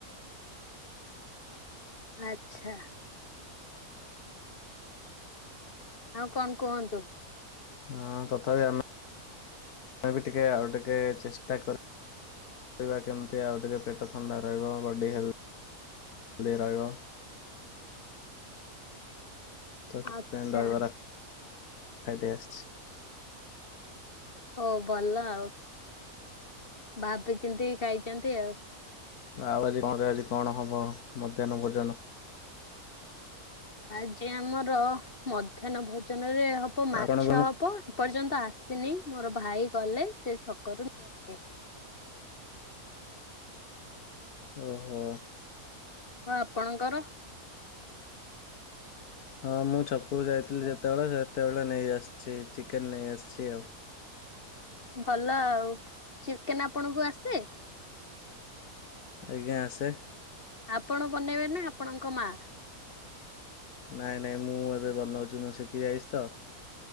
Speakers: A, on the left; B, on the left.
A: ଆଚ୍ଛା। ଆଉ କଣ କୁହନ୍ତୁ?
B: ହଁ ତଥାପି ଆମେ <unintelligible> ଟିକେ ଆଉ ଟିକେ ଚେଷ୍ଟା କର <unintelligible> କେମିତି ଆଉ ଟିକେ ପେଟ ଥଣ୍ଡା ରହିବ ବଡ଼ି ହେଲ୍ ହେଲ୍ଦି ରହିବ। ତ ସେଥିପାଇ
A: ଆଚ୍ଛା
B: ଦହିବରା ଖାଇଦେଇ ଆସଛି।
A: ହଉ ଭଲ ଆଉ ଭାବି ଚିନ୍ତିକି ଖାଇଛନ୍ତି ଆଉ।
B: ଆଉ ଆଜି <unintelligible> କଣ ହବ ମଧ୍ୟାହ୍ନ ଭୋଜନ?
A: ଆଜି ଆମର ମଧ୍ୟାହ୍ନ ଭୋଜନ ରେ ହବ ମାଛ
B: ଆପଣଙ୍କ
A: ହବ। ଏପର୍ଯ୍ୟନ୍ତ ଆସିନି ମୋର ଭାଇ ଗଲେ ସେ ଛକରୁ ନେଇକିଆସେ।
B: ଓହୋ।
A: ହ ଆପଣଙ୍କର?
B: ହଁ ମୁଁ ଛକକୁ ଯାଇଥିଲି ଯେତେବେଳେ ସେତେବେଳେ ନେଇଆସିଛି ଚିକେନ ନେଇ ଆସିଛି ଆଉ।
A: ଭଲ ଆଉ ଚିକେନ ଆପଣଙ୍କୁ ଆସେ?
B: ଆଜ୍ଞା ଆସେ।
A: ଆପଣ ବନେଇବେ ନା ଆପଣଙ୍କ ମା?
B: ନାଇଁ ନାଇଁ ମୁଁ ମୋର ବନଉଛି ମୁଁ ଶିଖି ଯାଇଛି ତ।